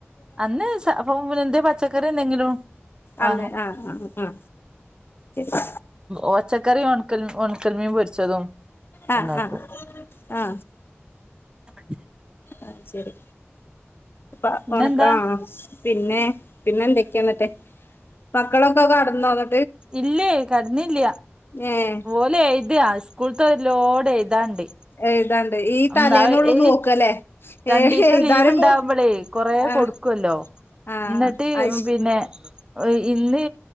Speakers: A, on the right (about 20°); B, on the left (about 55°).
A: അന്ന് <unintelligible> ക എന്ത പച്ചക്കറി എന്തെങ്കിലും വാങ്ങും
B: അല്ലെ ആഹ ആഹ് ആഹ ആ
A: ഒച്ചക്കറും ഒണക്കൽ ഉണക്കൽമീൻ പൊരിച്ചതും
B: ആ
A: ഉണ്ടാക്കും
B: ആ ആ
A: <unintelligible>
B: ആ ശരി അപ്പ <unintelligible>
A: പിന്നെന്താ
B: ആ പിന്നെ പിന്നെ എന്തൊക്കെയാന്നിട്ടേ മക്കളൊക്കെ കടന്നോ അതൊ
A: ഇല്ലേ കടന്നില്ല
B: ഏഹ്
A: ഓലെ എഴുതാ സ്കൂളത്തെ ലോഡ് എ താണ്ട്
B: എഴുതാണ്ട് ഈ
A: <unintelligible>
B: തലേന്നൊള്ളു
A: ഏ
B: നോക്കല്ലേ
A: രണ്ടു
B: ഏ
A: ദിവസം
B: എഴുതാനും
A: ലീവ് ഉണ്ടാവുമ്പോളേ
B: മൂ
A: കൊറ
B: ആഹ്
A: കൊടുക്കല്ലോ
B: ആഹ്
A: ന്ന്ട്ട്
B: അയ്ശ്
A: പിന്നെ ഇന്ന്